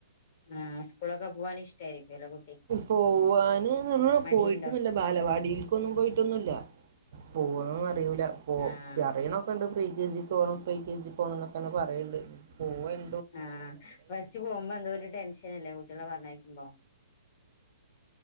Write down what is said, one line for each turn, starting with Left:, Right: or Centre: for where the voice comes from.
Left: ആഹ് സ്കൂളൊക്ക പോവാനി ഷ്ടരിക്കല്ലൊ കു
Right: പോവാന് ന്ന്ന്ന്
Left: മടിയുണ്ടോ
Right: പോയിട്ടൊന്നുല്ല ബാലവാടിൽക്കൊന്നും പോയിട്ടൊന്നുല്ല. <unintelligible> റിയൂല പോ
Left: ആഹ്
Right: കി അറിയണൊക്കെണ്ട് പ്രീ കെ ജി പോണം പ്രീ കെ ജി പോണം ന്നൊക്കെണ് പറയ്ണ്ട്. പോയെൻ
Left: ആഹ് ഫസ്റ്റ് പോമ്പ ന്തോരു ടെൻഷനല്ലേ കുട്ട്യളെ പർഞ്ഞേക്കുമ്പോ